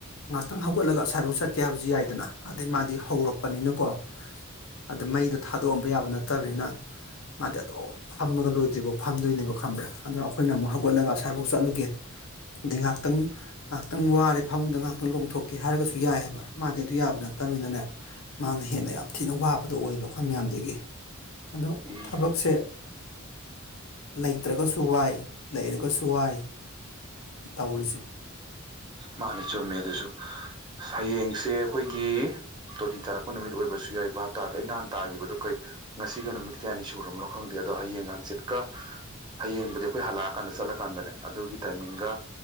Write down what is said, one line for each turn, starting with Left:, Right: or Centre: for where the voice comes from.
Left: ꯉꯥꯏꯍꯥꯛꯇꯪ ꯍꯧꯒꯠꯂꯒ ꯉꯁꯥꯏꯐꯥꯎ ꯆꯠꯀꯦ ꯍꯥꯏꯕꯁꯨ ꯌꯥꯏꯗꯅ ꯑꯗꯩ ꯃꯥꯗꯤ ꯍꯧꯔꯛꯄꯅꯤꯅꯀꯣ ꯑꯗꯥ ꯃꯩꯗꯣ ꯊꯥꯗꯣꯛꯑꯝꯕ ꯌꯥꯕ ꯅꯠꯇꯕꯅꯤꯅ ꯃꯥꯗꯤ ꯑꯗꯨꯝ ꯐꯝꯃꯒ ꯂꯣꯏꯗ꯭ꯔꯤꯕꯣ ꯐꯝꯗꯣꯏꯅꯦꯕ ꯈꯪꯕ꯭ꯔꯥ ꯑꯗꯨꯅ ꯑꯩꯈꯣꯏꯅ ꯑꯃꯨꯛ ꯍꯧꯒꯠꯂꯒ ꯑꯁꯋꯥꯏꯐꯥꯎ ꯆꯠꯂꯨꯒꯦ ꯑꯗꯩ ꯉꯥꯛꯇꯪ ꯉꯥꯏꯍꯥꯛꯇꯪ ꯋꯥꯔꯦ ꯐꯃꯨꯡꯗ ꯉꯥꯏꯍꯥꯛꯇꯪ ꯂꯣꯡꯊꯣꯛꯀꯦ ꯍꯥꯏꯔꯒꯁꯨ ꯌꯥꯏꯑꯕ ꯃꯥꯗꯤ ꯑꯗꯨ ꯌꯥꯕ ꯅꯠꯇꯕꯅꯤꯅꯅꯦ ꯃꯥꯅ ꯍꯦꯟꯅ ꯌꯥꯝ ꯊꯤꯅ ꯋꯥꯕꯗꯣ ꯑꯣꯏꯕ ꯑꯩꯈꯣꯏ ꯃꯌꯥꯝꯗꯒꯤ ꯑꯗꯣ
Right: ꯎꯝ
Left: ꯊꯕꯛꯁꯦ ꯂꯩꯇ꯭ꯔꯥꯒꯁꯨ ꯋꯥꯏ ꯂꯩꯔꯒꯁꯨ ꯋꯥꯏ ꯇꯧꯔꯤꯁꯦ
Right: ꯃꯥꯅ ꯆꯨꯝꯃꯦ ꯑꯗꯨꯁꯨ ꯍꯌꯦꯡꯁꯦ ꯑꯩꯈꯣꯏꯒꯤ ꯇꯣꯇꯤ ꯇꯥꯔꯛꯄ ꯅꯨꯃꯤꯠ ꯑꯣꯏꯕꯁꯨ ꯌꯥꯏ ꯚꯥꯞꯇꯥꯗ‌꯭ꯔ‌ꯦ ꯑꯩ ꯅꯍꯥꯟ ꯇꯥꯈꯤꯕꯗꯨ ꯀꯩ ꯉꯁꯤꯒ ꯅꯨꯃꯤꯠ ꯀꯌꯥꯅꯤ ꯁꯨꯔꯕꯅꯣ ꯈꯪꯗꯦ ꯑꯗꯣ ꯍꯌꯦꯡ ꯍꯥꯡꯆꯤꯠꯀ ꯍꯌꯦꯡꯕꯨꯗꯤ ꯑꯩꯈꯣꯏ ꯍꯜꯂꯛꯑꯀꯥꯟꯗ ꯆꯠꯂꯀꯥꯟꯗꯅꯦ ꯑꯗꯨꯒꯤ ꯇꯥꯏꯃꯤꯡꯒ